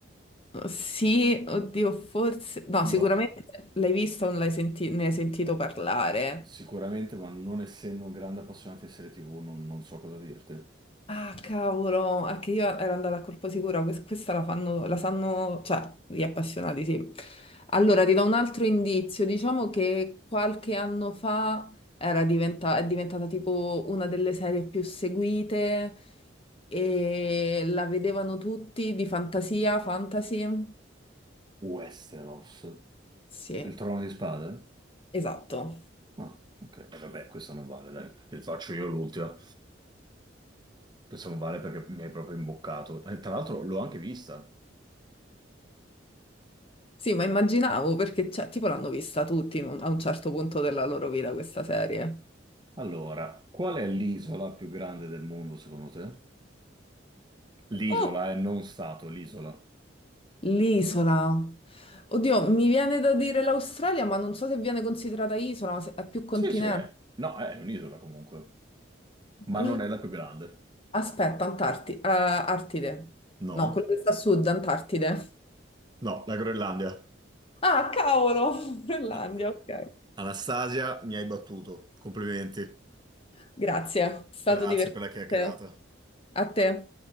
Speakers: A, on the left; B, on the right.
A: Sì, oddio, forse... No,
B: No.
A: sicuramente l'hai vista o l'hai senti- ne hai sentito parlare.
B: Sicuramente, ma non essendo un grande appassionato di serie TV, non, non so cosa dirti.
A: Ah, cavolo, è che io ero andata a colpo sicuro, quest- questa la fanno, la sanno, cioè, gli appassionati, sì. Allora, ti do un altro indizio, diciamo che qualche anno fa era diventa- è diventata tipo una delle serie più seguite e la vedevano tutti di fantasia, fantasy.
B: Westeros.
A: Sì,
B: Il trono di spade?
A: esatto.
B: Ah, ok. E vabbè, questo non vale, dai. Te ne faccio io l'ultima. Questo non vale perché mi hai proprio imboccato. E tra l'altro l'ho anche vista.
A: Sì, ma immaginavo perché, cioè, tipo l'hanno vista tutti in un- a un certo punto della loro vita questa serie.
B: Allora, qual è l'isola più grande del mondo, secondo te? L'isola
A: Oh,
B: è non stato, l'isola.
A: L'isola. Oddio, mi viene da dire l'Australia, ma non so se viene considerata isola, se è più continente.
B: Sì, sì, è. No, è un'isola comunque. Ma
A: L-
B: non è la più grande.
A: Aspetta, Antarti- eh, Artide.
B: No,
A: No, quello che sta a sud, Antartide.
B: no, la Groenlandia.
A: Ah, cavolo, <laughs> Groenlandia,
B: Ah,
A: ok.
B: Anastasia, mi hai battuto. Complimenti.
A: Grazie, è stato
B: Grazie
A: divertente.
B: per la chiacchierata.
A: A te.